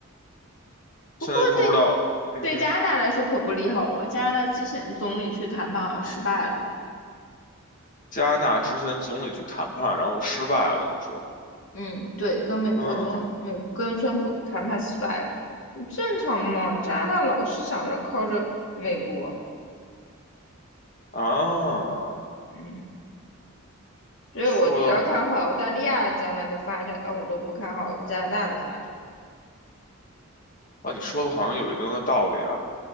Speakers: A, on the left; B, on the left.
A: 不过对
B: 现在不知道，嗯哼，
A: 对加拿大来说可不利好哦，加拿大之前总理去谈判好像失败了。
B: 加拿大之前总理去谈判，然后失败了，你说，
A: 嗯，对，跟美国总美跟川普谈判失败了，
B: 嗯
A: 正常嘛。加拿大老是想着靠着美国，
B: 啊，
A: 嗯，所以我比较看好澳大利亚将来的发展，
B: 说的
A: 但我都不看好加拿大的发展。
B: 啊，你说的好像有一定的道理啊。